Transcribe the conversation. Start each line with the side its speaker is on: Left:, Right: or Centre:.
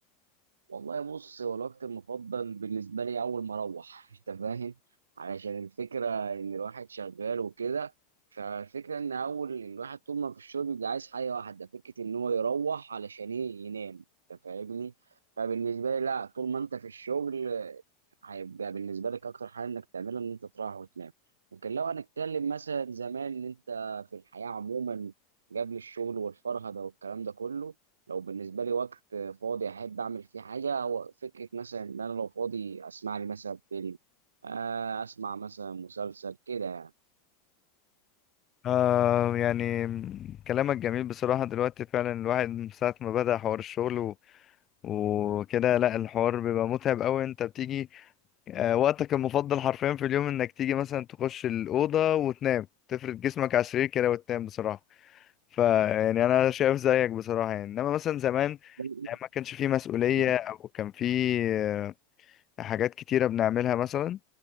Right: والله بص هو الوقت المفضل بالنسبة لي أول ما أروح <laughs> أنت فاهم علشان الفكرة إن الواحد شغال وكده فالفكرة إن أول الواحد طول ما في الشغل بيبقى عايز حاجة واحدة فكرة إن هو يروح علشان إيه ينام أنت فاهمني فبالنسبة لي لا طول ما أنت في الشغل آه، هيبقى بالنسبة لك أكتر حاجة إنك تعملها إن أنت تروح وتنام لكن لو هنتكلم مثلا زمان إن أنت في الحياة عموما قبل الشغل والفرهدة والكلام ده كله لو بالنسبه لي وقت فاضي احب اعمل فيه حاجه هو فكره مثلا ان انا لو فاضي اسمع لي مثلا فيلم آه، اسمع مثلا مسلسل كده
Left: آه يعني م، كلامك جميل بصراحة دلوقتي فعلا الواحد من ساعة ما بدأ حوار الشغل و... وكده لا الحوار بيبقى متعب أوي أنت بتيجي آه، وقتك المفضل حرفيا في اليوم انك تيجي مثلا تخش الأوضة وتنام تفرد جسمك على السرير كده وتنام بصراحة فيعني انا شايف زيك بصراحة يعني انما مثلا زمان
Right: يعني
Left: آه، ما كانش فيه مسؤولية
Right: <laughs>
Left: او كان فيه آه، حاجات كتيرة بنعملها مثلا